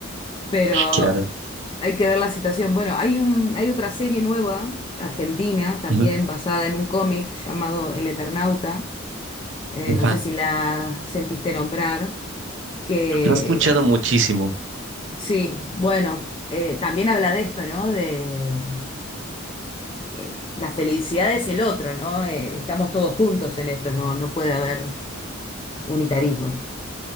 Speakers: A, on the left (about 25°); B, on the right (about 60°).
A: pero
B: Claro.
A: hay que ver la situación. Bueno, hay un, hay otra serie nueva, argentina, también
B: Ujú.
A: basada en un cómic llamado El Eternauta. eh,
B: Eh,
A: no sé si la sentiste nombrar, que
B: Lo he escuchado muchísimo.
A: sí, bueno, eh, también habla de esto, ¿no? De eh, la felicidad es el otro, ¿no? Eh, estamos todos juntos en esto, no, no puede haber unitarismos.